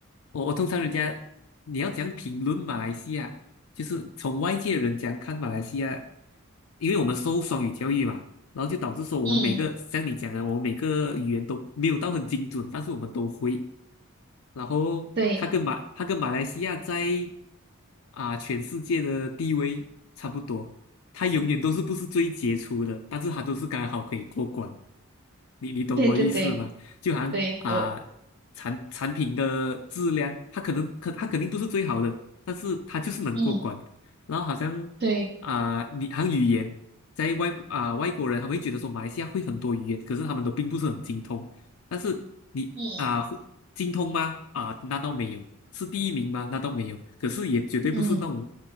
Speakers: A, on the left; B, on the right.
A: 我我通常人家你要讲评论马来西亚，就是从外界人讲看马来西亚，因为我们受双语教育嘛，然后就导致说我们每个像你讲的，
B: 嗯，
A: 我们每个语言都没有到很精准，但是我们都会。然后他跟马他跟马来西亚在
B: 对
A: 啊、全世界的地位差不多，他永远都是不是最杰出的，但是他都是刚好可以过关。你你懂我意思吗？
B: 对对对
A: 就好像啊、
B: 对，我
A: 产产品的质量，它可能可它肯定不是最好的，但是它就是能过关。
B: 嗯
A: 然后好像
B: 对
A: 啊、你好像语言，在外啊、外国人他会觉得说马来西亚会很多语言，可是他们都并不是很精通。但是你啊、
B: 嗯
A: 会。精通吗？啊，那倒没有。是第一名吗？那倒没有。可是也绝对不是那种
B: 嗯